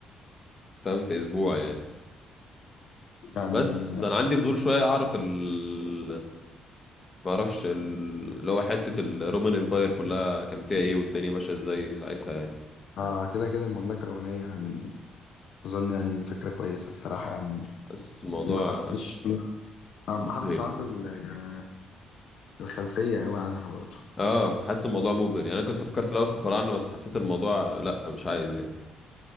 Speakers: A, on the left; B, on the left.
A: فاهم في اسبوع يعني
B: يعني
A: بس انا عندي فضول شوية اعرف ال ما اعرفش ال- اللي هو حتة الرومان امباير كلها كان فيها ايه والدنيا ماشية ازاي ساعتها يعني
B: آه كده كده المملكة الرومانية يعني أظن يعني فكرة كويسة الصراحة يعني
A: بس الموضوع
B: محدش آه، محدش
A: مبهر
B: عنده
A: يعني.
B: ال- آه، الخلفية أوي عنها برضه
A: اه حاسس الموضوع مبهر يعني انا كنت فكرت في الاول في الفراعنة بس حسيت الموضوع لا مش عايز يعني